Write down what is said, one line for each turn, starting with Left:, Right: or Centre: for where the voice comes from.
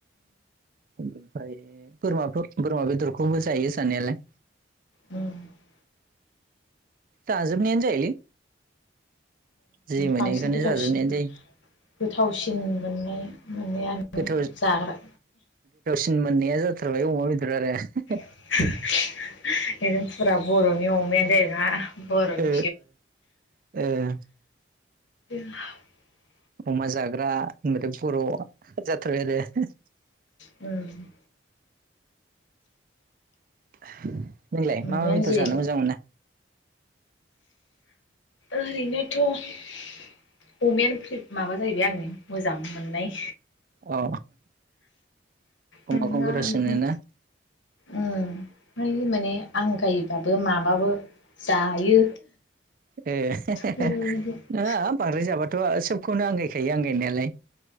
Right: ओमफ्राय बोरमा बोरमा बेदरखौबो जायो जानायालाय
Left: ओरैनो
Right: जाजोबनायानो जायोलै जि मोनो
Left: बांसिन
Right: बेखौनो
Left: गोथावसिन
Right: जाजोबनायानो जायो
Left: गोथावसिन मोननाया मोननायानो
Right: गोथाव
Left: जाग्रा
Right: गोथावसिन मोननाया जाथारबाय अमा बेदर आरो
Left: <inaudible> ओजों फुरा बर'नि अमायानो जाहैबाय बर'नि
Right: ओ ओ ओ
Left: <unintelligible> <inaudible>
Right: अमा जाग्रा होनबाथाय बर' जाथारबाय आरो
Left: उम
Right: <inaudible> नोंलाय
Left: अमायानो
Right: मा मा बेदर
Left: जेरै
Right: जानो मोजां मोनो
Left: ओरैनोथ' अमायानो माबा जाहैबाय आंनि मोजां मोननाय
Right: औ
Left: मोनना
Right: अमाखौ गोथावसिन
Left: बिदिनो
Right: मोनो ना
Left: उम फ्राय माने आंगायो दाबो माबाबो जायो
Right: ए
Left: बेबायदि
Right: नङा बांद्राय जाबाथ' सबखौनो आंगायखायो आंगायनायालाय